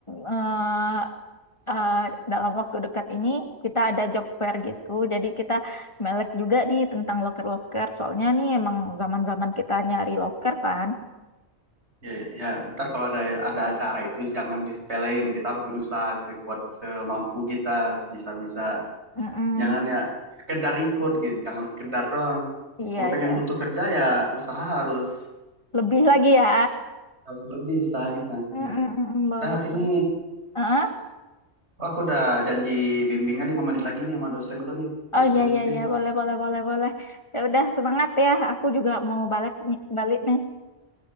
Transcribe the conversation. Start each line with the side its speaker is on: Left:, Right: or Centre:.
Left: eh, eh, dalam waktu dekat ini kita ada job fair gitu. Jadi kita melek juga nih tentang loker-loker. Soalnya nih emang zaman-zaman kita nyari loker kan.
Right: ya, ya. Ntar kalau ada ada acara itu jangan disepelein. Kita harus berusaha sekuat semampu kita, sebisa-bisa.
Left: Mm-mm.
Right: Jangan ya sekedar ikut gitu, jangan sekedar doang.
Left: Iya,
Right: Kalau pengen
Left: iya.
Right: butuh kerja ya usaha harus
Left: Lebih lagi ya.
Right: Harus lebih sakit naiknya.
Left: Mm, mm, mm, mm, boleh.
Right: Nah, ini
Left: Heeh.
Right: oh, aku udah janji bimbingan 5 menit lagi nih sama dosenku nih, dosen
Left: Oh ya
Right: pembimbing.
Left: ya ya boleh boleh boleh boleh. Ya udah semangat ya. Aku juga mau balik nih- balik nih.